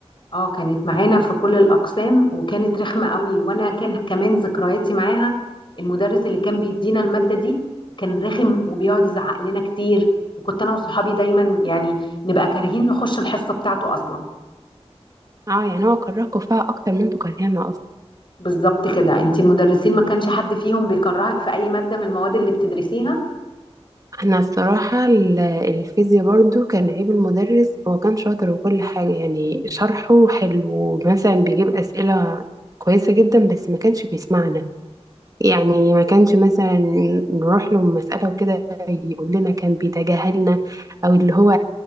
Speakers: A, on the left; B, on the right.
A: اه كانت معانا في كل الاقسام وكانت رخمة قوي وانا كان كمان ذكرياتي معاها المدرس اللي كان بيدينا المادة دي كان رخم وبيقعد يزعق لنا كتير وكنت انا وصحابي دايما يعني نبقى كارهين نخش الحصة بتاعته اصلا
B: اه يعني هو كرهكم فيها اكتر من انتوا كرهانا اصلا
A: بالظبط كده انت المدرسين ما كانش حد فيهم بيكرهك في اي مادة من المواد اللي بتدرسيها
B: انا الصراحة ال- الفيزياء برضو كان عيب المدرس هو كان شاطر وكل حاجة يعني شرحه حلو مثلا بيجيب اسئلة كويسة جدا بس ما كانش بيسمعنا يعني ما كانش مثلا نروح له مسألة وكده يقول لنا كان بيتجاهلنا او اللي هو